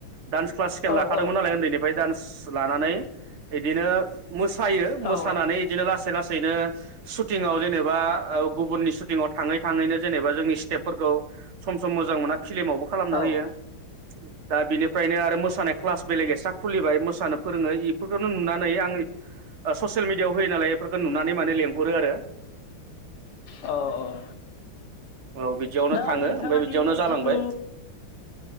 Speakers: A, on the right; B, on the left.
A: डान्स क्लासिकेल
B: औ
A: लाखादोंमोन
B: औ
A: नालाय उन्दैनिफ्राय डान्स लानानै इदिनो मोसायो मोसानानै
B: औ
A: इदिनो लासै लास सैनो ससुटिंआव जेनेबा गुबुननि सशुटिंआव थाङै थाङैनो जेनेबा जोंनि स्टेपफोरखौ सम मोजां मोना फिल्मावबो खालामनो होयो
B: औ
A: दा बिनि ओमफ्रायनो आरो मोसानाय क्लास बेलेग एसा खुलिबाय मोसानो फोरोङो बेफोरखौनो नुनानै आं ससियेल मिडियाआव होयो नालाय बेफोरखौ नुनानै माने लेंहरो आरो
B: औ औ
A: औ बिदियावनो
B: दा
A: थाङो
B: नोंथाङा
A: ओमफ्राय बिदियावनो
B: दि
A: जालांबाय
B: जिथु